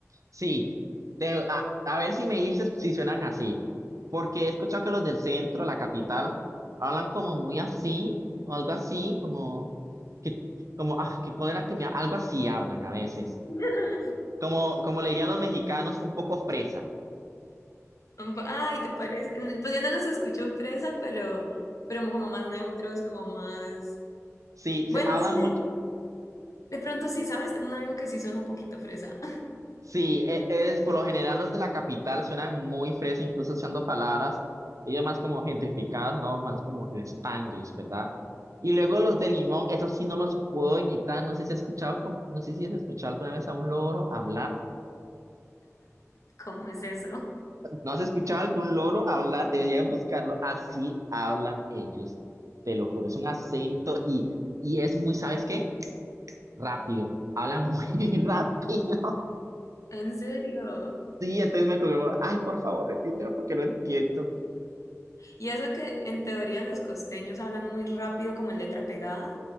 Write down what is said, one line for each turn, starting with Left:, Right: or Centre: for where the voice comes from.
Right: Sí, te- a, a ver si me dices si suenan así, porque he escuchado que los del centro, la capital, hablan como muy así, o algo así, como que, como, ah, que cólera que me, algo así hablan a veces,
Left: <laughs>
Right: como, como le dirían los mexicanos, un poco fresa.
Left: Un po- Ay, ¿te parece? Pues yo no los escucho fresa, pero, pero como más neutros, como más...
Right: Sí,
Left: Bueno,
Right: se hablan
Left: sí, de pronto sí, ¿sabes? Tengo un amigo que sí suena un poquito fresa. <laughs>
Right: Sí, e- es por lo general los de la capital suenan muy fresas, incluso usando palabras, ellos más como gentrificadas, no más como el Spanglish, ¿verdad? Y luego los de Limón, esos sí no los puedo imitar, no sé si has escuchado, com- no sé si has escuchado alguna vez a un loro hablar,
Left: ¿Cómo es eso?
Right: no has escuchado algún loro hablar, deberías buscarlo, así hablan ellos, te lo juro, es un acento y, y es muy, ¿sabes qué? Rápido, hablan muy <laughs> rápido,
Left: ¿En serio?
Right: sí, entonces me como, ay, por favor, repítelo porque no entiendo.
Left: Y eso que en teoría los costeños hablan muy rápido como en letra pegada,